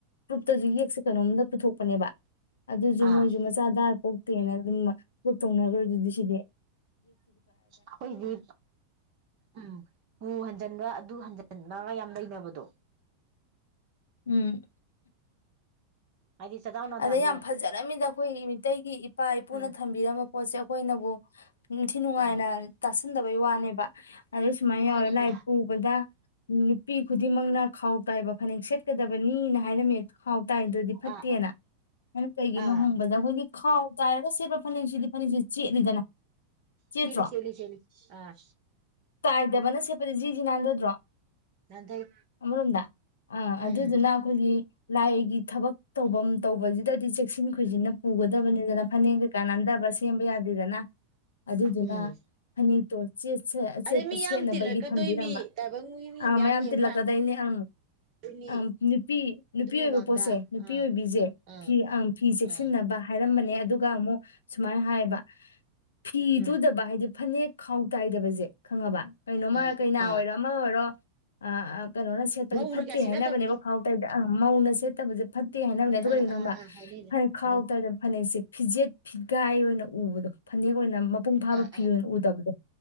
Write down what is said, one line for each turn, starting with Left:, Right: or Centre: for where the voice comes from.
Left: ꯄ꯭ꯔꯨꯞꯇꯁꯨ ꯌꯦꯛꯁꯦ ꯀꯩꯅꯣꯝꯗ ꯄꯨꯊꯣꯛꯄꯅꯦꯕ ꯑꯗꯨꯁꯨ
Right: ꯑꯥ
Left: ꯃꯣꯏꯁꯨ ꯃꯆꯥ ꯗꯥꯔ ꯄꯣꯛꯇꯦꯅ ꯑꯗꯨꯝ ꯀꯣꯛ ꯇꯧꯅꯈ꯭ꯔꯗꯨꯗꯤ ꯁꯤꯦ
Right: ꯑꯩꯈꯣꯏꯗꯤ ꯎꯝ ꯎ ꯍꯟꯖꯟꯕ꯭ꯔꯥ ꯑꯗꯨ ꯍꯟꯖꯤꯟ ꯃꯥꯒꯥ ꯌꯥꯝ ꯂꯩꯅꯕꯗꯣ
Left: ꯎꯝ
Right: ꯍꯥꯏꯗꯤ ꯆꯗꯥꯎ ꯅꯥꯗꯥꯁꯦ
Left: ꯑꯗ ꯌꯥꯝ ꯐꯖꯔꯃꯤꯗ ꯑꯩꯈꯣꯏ ꯃꯤꯇꯩꯩꯒꯤ ꯏꯄꯥ ꯏꯄꯨꯅ
Right: ꯎꯝ
Left: ꯊꯝꯕꯤꯔꯝꯕ ꯄꯣꯠꯁꯦ ꯑꯩꯈꯣꯏꯅꯕꯨ ꯏ ꯊ ꯅꯨꯅꯨꯡꯉ
Right: ꯑꯥ
Left: ꯍꯥꯏꯥꯏꯅꯔ ꯇ ꯊꯟꯗꯕꯩ ꯋꯥꯅꯦꯕ ꯑꯗꯣ ꯁꯨꯃꯥꯏꯅ
Right: ꯃꯥꯅꯤꯅꯦ
Left: ꯌꯥꯎꯋꯦ ꯂꯥꯏ
Right: ꯑꯥ
Left: ꯄꯨꯕꯗ ꯅꯨꯄꯤ ꯈꯨꯗꯤꯡꯃꯛꯅ ꯈꯥꯎ ꯇꯥꯏꯕ ꯐꯅꯦꯛ ꯁꯦꯠꯀꯗꯕꯅꯤꯅ ꯍꯥꯏꯔꯝꯃꯦ ꯥꯏꯗꯨꯗꯤ ꯐꯠꯇꯦꯅ
Right: ꯑꯥ
Left: ꯑꯗꯨꯅ ꯀꯩꯒꯤꯅꯣ
Right: ꯑꯥ
Left: ꯍꯪꯕꯗ ꯑꯩꯈꯣꯏꯒꯤ ꯍꯥꯎ ꯇꯥꯏꯒꯣ ꯁꯤꯕ ꯐꯁꯤꯗꯤ ꯐꯅꯦꯛꯁꯤ ꯆꯦꯠꯂꯤꯗꯅ ꯆꯦꯠꯇ꯭ꯔꯣ
Right: ꯆꯦꯜꯂꯤ ꯆꯦꯜꯂꯤ ꯆꯦꯜꯂꯤ ꯑꯥ
Left: ꯇꯥꯏꯗꯕꯅ ꯖꯤ ꯖꯤ ꯅꯅꯥꯟꯗꯗ꯭ꯔꯣ
Right: ꯅꯥꯟꯊꯩ
Left: ꯑꯃꯔꯣꯝꯗ ꯑꯥ
Right: ꯎꯝ
Left: ꯑꯗꯨꯗꯨꯅ ꯑꯩꯈꯣꯏꯒꯤ ꯂꯥꯏꯒꯤ ꯊꯕꯛ ꯇꯧꯐꯝ ꯇꯧꯕꯁꯤꯗꯗꯤ ꯆꯦꯛꯁꯤꯟ ꯈꯣꯏꯁꯤꯟꯅ ꯄꯨꯒꯗꯕꯅꯤꯗꯅ ꯐꯅꯦꯛ ꯀꯩꯀꯥꯅꯟꯗꯕ ꯁꯦꯝꯕ ꯌꯥꯗꯦꯗꯅ ꯑꯗꯨꯗꯨꯅ
Right: ꯎꯝ
Left: ꯐꯅꯛꯇꯣꯆꯦꯠꯄ
Right: ꯑꯗꯩ ꯃꯤ ꯌꯥꯝ
Left: ꯁꯦꯠꯅꯕꯒꯤ
Right: ꯇꯤꯜꯂꯛꯀꯗꯣꯏ
Left: ꯊꯝꯕꯤꯔꯝꯕ
Right: ꯃꯤ ꯇꯥꯏꯕꯪꯒꯤ ꯃꯤ
Left: ꯑꯪ ꯃꯌꯥꯝ
Right: ꯌꯦꯡꯕ
Left: ꯇꯤꯜꯂꯛꯀꯗꯣꯏꯅꯦ ꯑꯪ
Right: ꯂꯥꯛꯀꯗꯣꯏꯅꯤ
Left: ꯑꯪ ꯅꯨꯄꯤ ꯅꯨꯄꯤ
Right: ꯑꯗꯨ ꯃꯃꯥꯡꯗ
Left: ꯑꯣꯏꯕ ꯄꯣꯠꯁꯦ ꯅꯨꯄꯤ
Right: ꯑꯥ
Left: ꯑꯣꯏꯕꯤꯁꯦ
Right: ꯑꯥ
Left: ꯐꯤ ꯐꯤ ꯆꯦꯛꯁꯤꯟꯅꯕ
Right: ꯑꯥ
Left: ꯍꯥꯏꯔꯝꯕꯅꯦ ꯑꯗꯨꯒ ꯑꯃꯨꯛ ꯁꯨꯃꯥꯏ ꯍꯥꯏꯌꯦꯕ ꯐꯤ
Right: ꯎꯝ
Left: ꯇꯨꯗꯕ ꯍꯥꯏꯗꯤ ꯐꯅꯦꯛ ꯈꯥꯎ ꯇꯥꯏꯗꯕꯁꯦ ꯈꯪꯉꯕ ꯀꯩꯅꯣꯃ
Right: ꯑꯥ
Left: ꯀꯩꯅꯥ
Right: ꯑꯥ
Left: ꯑꯣꯏꯔꯣ ꯑꯃ ꯑꯣꯏꯔꯣ ꯑ ꯑ ꯀꯩꯅꯣꯅ ꯁꯦꯠꯄꯁꯦ
Right: ꯃꯧꯅ
Left: ꯐꯠꯇꯦ
Right: ꯀꯌꯥ ꯁꯦꯠꯅꯗꯕꯅꯤ
Left: ꯍꯥꯏꯅꯕꯅꯦꯕ ꯈꯥꯎ ꯇ ꯑ ꯃꯧꯅ ꯁꯦꯠꯇꯕꯁꯦ ꯐꯠꯇꯦ ꯍꯥꯏꯅꯕꯅꯦ ꯑꯗꯨ
Right: ꯑꯥ
Left: ꯀꯩꯒꯤꯅꯣ
Right: ꯑꯥ
Left: ꯈꯪꯕ
Right: ꯑꯥ ꯍꯥꯏꯅꯩꯅꯦ
Left: ꯐꯅꯦꯛ ꯈꯥꯎ
Right: ꯎꯝ
Left: ꯇꯔꯗ ꯐꯅꯦꯛꯁꯦ ꯐꯤꯖꯦꯠ ꯐꯤꯒꯥꯏ ꯑꯣꯏꯅ ꯎꯕꯗꯣ ꯐꯅꯦꯛ ꯑꯣꯏꯅ ꯃꯄꯨꯡ ꯐꯥꯕ
Right: ꯑꯥ
Left: ꯐꯤ
Right: ꯑꯥ
Left: ꯑꯣꯏꯅ ꯎꯗꯕꯗꯣ